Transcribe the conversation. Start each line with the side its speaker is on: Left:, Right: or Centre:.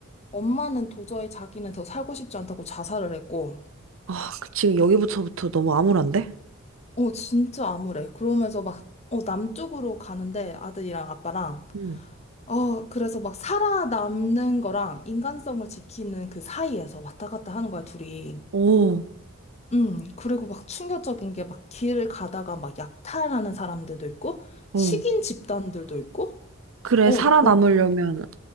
Left: 엄마는 도저히 자기는 더 살고 싶지 않다고 자살을 했고,
Right: 아, 그- 지금 여기부터부터 너무 암울한데?
Left: 어, 진짜 암울해. 그러면서 막, 어, 남쪽으로 가는데 아들이랑 아빠랑,
Right: 응.
Left: 어, 그래서 막 살아남는 거랑 인간성을 지키는 그 사이에서 왔다 갔다 하는 거야, 둘이.
Right: 오,
Left: 음, 그리고 막 충격적인 게 막 길을 가다가 막 약탈하는 사람들도 있고,
Right: 어.
Left: 식인 집단들도 있고,
Right: 그래,
Left: 어,
Right: 살아남으려면,